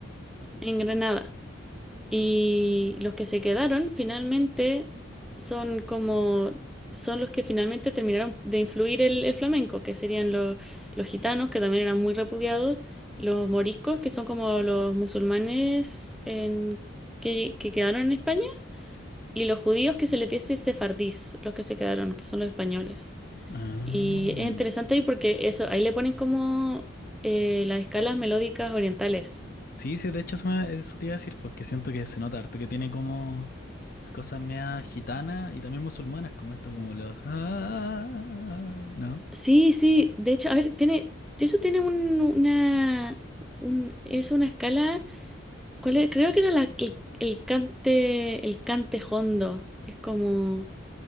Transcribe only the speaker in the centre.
en Granada. Y los que se quedaron finalmente son como, son los que finalmente terminaron de influir el, el flamenco, que serían los, los gitanos, que también eran muy repudiados, los moriscos, que son como los musulmanes en, que, que quedaron en España y los judíos que se les dice sefardís, los que se quedaron, que son los españoles.
Y es interesante ahí porque eso, ahí le ponen como eh, las escalas melódicas orientales.
Sí, sí, de hecho, a ver, tiene, eso tiene un, una, un, es una escala, ¿cuál era? Creo que era la- el, el cante, el cante jondo, es como,